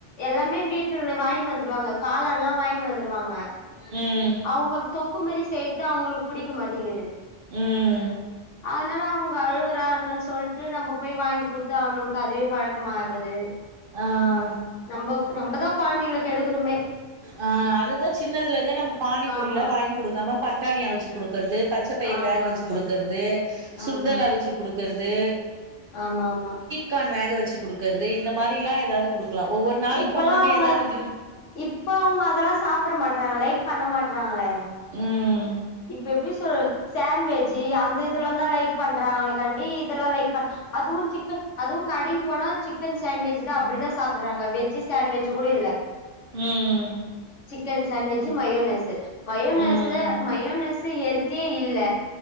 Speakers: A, on the left; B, on the right.
A: எல்லாமே வீட்ல வாங்கின்னு வந்துருவாங்க காளான்ல்லா வாங்கின்னு வந்துருவாங்க
B: ம்
A: அவுங்க தொக்குமாறி செய்றது அவங்களுக்கு புடிக்க மாட்டேங்குது
B: ம்
A: அதனால அவுங் அழுவுறானுங்கனு சொல்ட்டு நம்ம போய் வாங்கி குடுத்தா அவனுகளுக்கு அதே பழக்கமாவது
B: ஆ
A: நம்போ நம்பதா கொழந்தைங்கள கெடுக்குறோமே
B: ஆ அதுதா சின்னதுலத இருந்தே நம்ம பானிபூரியெல்லா
A: ஆமா
B: வாங்கி குடுக்காம பட் பட்டாணி அவுச்சு குடுக்கறது பச்ச பயிரு
A: ஆமா
B: வேக வெச்சு குடுக்கறது சுண்டல்
A: ஆமா
B: அவிச்சு குடுக்கறது
A: ஆமா ஆமா
B: கான் வேக வச்சு குடுக்கறது இந்த மாரில்லா ஏதாவது குடுக்கலா ஒவ்வொரு நாளைக்கு
A: இப்பல்லா
B: ஒன்னொன்னு
A: அவங்க
B: ஏதாது இது
A: இப்ப அவங்க அதெல்லா சாப்ட மாட்றாங்க லைக் பண்ண மாட்றாங்களே
B: ம்
A: இப்ப எப்டி சொல் சேண்ட்வெஜ்ஜி அந்த இதுல்லாந்தா லைக் பண்றாங்க காண்டி இதுல்லா லைக் அதுவு சிக்கன் அதுவு கடைக்கு போனா சிக்கன் சாண்ட்விச்தா அப்டிதா சாப் ப்பறாங்க வெஜ் சேண்ட் வெஜ் கூட இல்ல
B: ம்
A: சிக்கன் சாண்வெஜ்ஜூ மயோனஸ்ஸு மயோனஸ்ல
B: ம்
A: மயோனஸ் ஹெல்த்தியே இல்ல